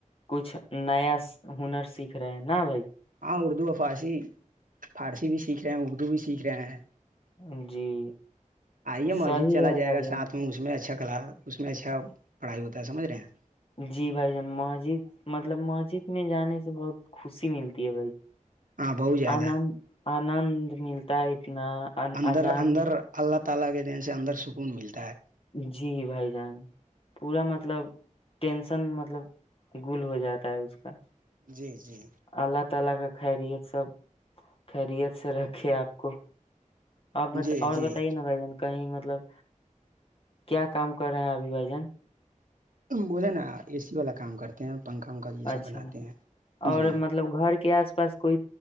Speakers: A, on the left; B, on the right.
A: کچھ نیا ہنر سیکھ رہے ہیں نا
B: ا اردوسی فارسی بھی سیکھ رہے ہیں اردو بھی سیکھ رہے ہیں
A: جان جی
B: ائیے ماضی
A: صحیح
B: چلا
A: ہے
B: جائے
A: بھائی
B: گا
A: جان
B: ساتھ میں اس میں اس میں اچھا پڑھائی ہوتا ہے سمجھ رہے ہیں
A: جی بھائی اماں جی مطلب ماجد میں جانے سے بہت خوشی ملتی ہے
B: بہت زیادہ
A: آنند انند ملتا ہے اتنا
B: <unintelligible>
A: ان- اذان
B: <unintelligible>
A: جی بھائی جان پورا مطلب ٹینشن مطلب گول ہو جاتا ہے
B: جی جی
A: اللہ تعالی کا سب خیریت سے رکھے اپ کو کو کہہ رہی ہے
B: جی
A: نا اور
B: جی
A: بتائیے نا بھائی کہیں مطلب کیا کام کر رہے ہیں ابھی بھائی
B: بولیں نا اس والا کام پنکھا وکھا یہ سب
A: اچھا
B: بناتے ہیں
A: اور
B: جی
A: مطلب گھر کے اس پاس کوئی